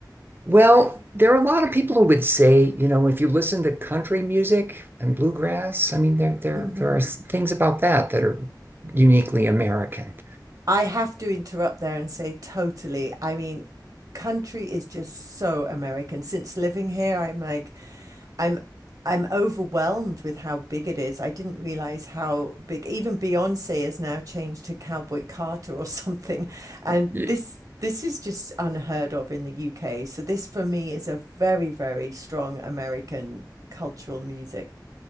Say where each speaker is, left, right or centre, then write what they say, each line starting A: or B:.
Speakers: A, on the right (about 30°); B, on the right (about 50°).
A: Well, there are a lot of people who would say, you know, if you listen to country music and bluegrass, I mean, there there
B: hmm
A: there are s- things about that that are uniquely American.
B: I have to interrupt there and say totally. I mean, country is just so American. Since living here, I'm like, I'm I'm overwhelmed with how big it is. I didn't realize how big. Even Beyonce has now changed to Cowboy Carter or <laughs> something. And
A: Ye-
B: this this is just unheard of in the UK. So this for me is a very, very strong American cultural music.